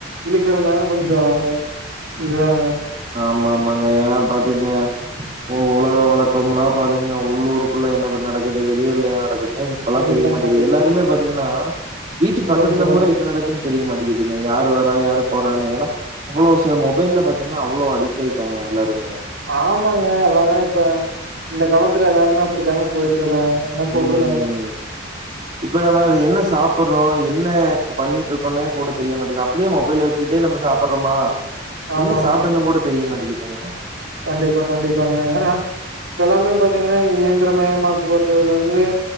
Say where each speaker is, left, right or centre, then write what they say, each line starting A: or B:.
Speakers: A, on the right (about 80°); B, on the right (about 35°).
A: இழுக்கறதாக கொஞ்சோ இதுதாங்க
B: ஆமா ஆமாங்க ஏன்னா பாத்துங்க உலக வழக்கம்ல்லா பாத்துங்க உள்ளூருக்குள்ள என்ன நடக்குது வெளியூர்ல என்ன நடக்குதுன்னே இப்பல்லா
A: கண்டிப்பாங்க,
B: தெரிய மாட்டேங்குது
A: கண்டிப்பா.
B: எல்லாருமே பாத்தீங்கன்னா வீட்டு
A: சொல்லுங்க,
B: பக்கத்துல
A: சொல்லுங்க.
B: கூட என்ன நடக்கு தெரிய மாட்டிங்கிதுங்க யாரு வரா யாரு போறானு ஏனா அவ்ளோ மொபைல்ல பாத் ஏன்னா அவ்ளோ அடிக்ட் ஆயிட்டாங்க எல்லாருமே
A: ஆமாங்க எல்லாருமே இப்ப இந்த காலத்துல எல்லாருமே அப்படித்தாங்க போயிட்டு இருக்காங்க என்ன சொல்றதுதாங்க
B: ம் இப்ப நம்ம அது என்ன சாப்பறோ என்ன பண்ணிட்டு இருக்கோனே கூட தெரிய மாட்டிகுது அப்டியே மொபைல் வச்சுட்டே நம்ம சாப்பறமா
A: ஆமாங்க.
B: என்ன சாப்ட்டன்னு கூட தெரிய மாட்டிகிதுங்க
A: கண்டிப்பா கண்டிப்பாங்க ஏன்னா இப்ப எல்லாமே பாத்தீங்கன்னா இயந்திரமயமாக்கப்பட்டதுல இருந்து